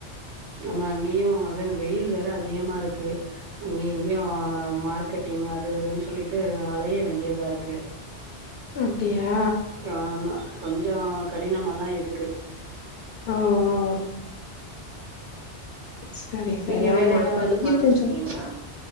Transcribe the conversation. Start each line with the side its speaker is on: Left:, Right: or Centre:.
Right: நம்ம அங்கயு அது வெயில் வேற அதிகமா இருக்கு அங்கயு இங்கயு மார்க்கெட்டிங் அது இதுன்னு சொல்லிட்டு அலய வேண்டியதா இருக்கு
Left: அப்டியா
Right: ஆமா கொஞ்சோ கடினமாதா இருக்கு க்கு
Left: ஒ ஒ சரி சரி
Right: நீங்க
Left: ஆமா
Right: வேலையெல்லா
Left: இப்ப
Right: எது
Left: வெயில்
Right: பாத்துட்டு
Left: கொஞ்சோ
Right: இருக்கீங்களா